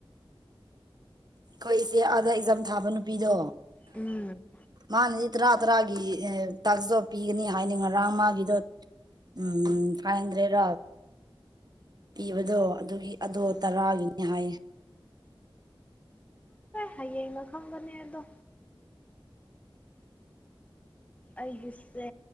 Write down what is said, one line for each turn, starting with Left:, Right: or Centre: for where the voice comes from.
Right: ꯑꯩꯈꯣꯏ ꯏꯆꯦ ꯑꯥꯗ ꯑꯦꯛꯖꯥꯝ ꯊꯥꯕ ꯅꯨꯄꯤꯗꯣ
Left: ꯎꯝ
Right: ꯃꯥꯅꯗꯤ ꯇꯔꯥ ꯇꯔꯥꯒꯤ ꯇꯁꯇꯣ ꯄꯤꯒꯅꯤ ꯍꯥꯏꯅꯤꯡ ꯉꯔꯥꯡ ꯃꯥꯒꯤꯗꯣ ꯎꯝ ꯐꯥꯏ ꯍꯟꯗ꯭ꯔꯦꯠ ꯄꯤꯕꯗꯣ ꯑꯗꯨꯒꯤ ꯑꯗꯣ
Left: ꯎꯝ
Right: ꯇꯔꯥꯒꯤꯅꯦ ꯍꯥꯏꯌꯦ
Left: ꯍꯌꯦꯡ ꯃꯈ ꯈꯪꯒꯅꯦꯗꯣ ꯑꯩꯒꯤꯁꯦ